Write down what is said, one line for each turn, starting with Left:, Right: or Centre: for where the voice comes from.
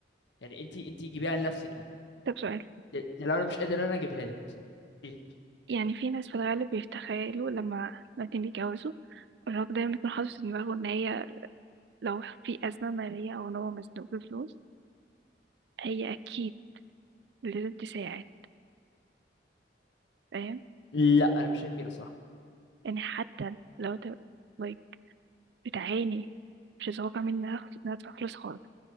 Left: يعني انت انت جيبيها لنفسك دي
Right: طب سؤال
Left: ده, ده لو انا مش قادر انا اجيبها لك مثلا إيه؟
Right: يعني في ناس في الغالب بيتخيلوا لما الاتنين بيتجوزوا الراجل دايما بيكون حاطط في دماغه ان هي لو في ازمه ماليه او ان هو مزنوق بفلوس هي اكيد لازم تساعد فاهم
Left: لا انا مش شايف كده صح
Right: يعني حتى لو انت طيب بتعاني مش هتوقع مني ان انا اخد- إن أنا ادفع فلوس خالص